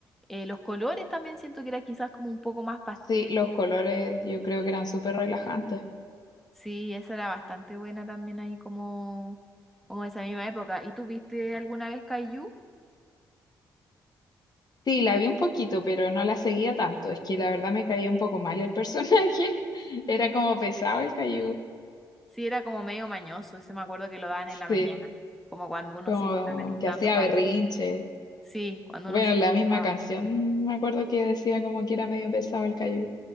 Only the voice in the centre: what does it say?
Eh, los colores también siento que era quizás como un poco más pastel,
sí, esa era bastante buena también ahí como, como de esa misma época. ¿Y tú viste alguna vez Kaiju?
Sí, era como medio mañoso, ese me acuerdo que lo daban
en la mañana, como cuando uno
se estaba listando
para
ir. Sí, cuando
uno se
listaba.